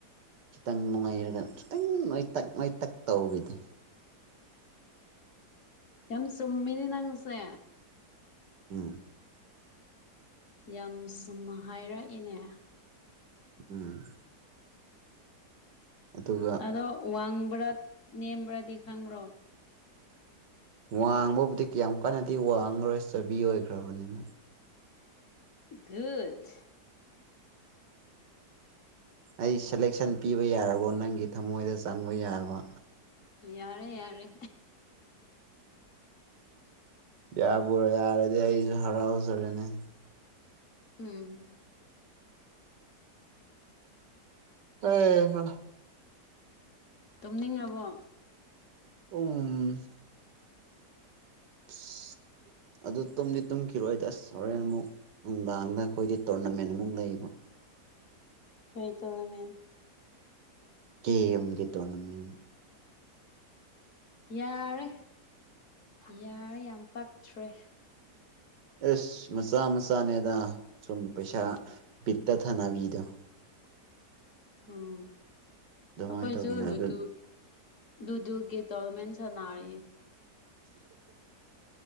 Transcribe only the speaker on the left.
ꯌꯥꯝ ꯆꯨꯝꯃꯤꯅꯦ ꯅꯪꯁꯦ
ꯌꯥꯝ ꯆꯨꯝꯅ ꯍꯥꯏꯔꯛꯑꯦꯅꯦ
ꯑꯗꯣ ꯋꯥꯡꯕ꯭ꯔꯥ ꯅꯦꯝꯕ꯭ꯔꯥꯗꯤ ꯈꯪꯕ꯭ꯔꯣ
ꯒꯨꯠ
ꯌꯥꯔꯦ ꯌꯥꯔꯦ
ꯎꯝ
ꯇꯨꯝꯅꯤꯡꯉꯕꯣ
ꯀꯩ ꯇꯣꯔꯅꯥꯃꯦꯟ
ꯌꯥꯔꯦ ꯌꯥꯔꯦ ꯌꯥꯝ ꯄꯛꯇꯔꯦ
ꯎꯝ
ꯑꯩꯈꯣꯏꯁꯨ
ꯂꯗꯨ
ꯂꯨꯗꯨꯒꯤ ꯇꯣꯔꯅꯥꯃꯦꯟ ꯁꯥꯟꯅꯔꯤ